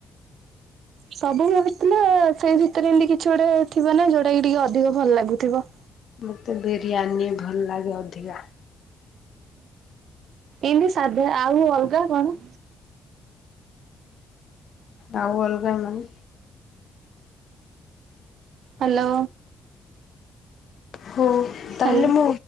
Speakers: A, on the right; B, on the left.
A: ସବୁ ଭଲ ଥିଲେ ସେ ଭିତରେ ଏମିତି କିଛି ଗୋଟେ ଥିବ ନା ଯୋଉଟା କି ଟିକେ ଅଧିକ ଭଲ ଲାଗୁଥିବ।
B: ମତେ ବିରିୟାନୀ ଭଲ ଲାଗେ ଅଧିକା।
A: ଏମିତି ସାଧ ଆଉ ଅଲଗା କଣ।
B: ଆଉ ଅଲଗା ନାହିଁ।
A: ହାଲୋ!
B: ହଉ,
A: ହ୍ୟାଲୋ
B: ତାହେଲେ ମୁଁ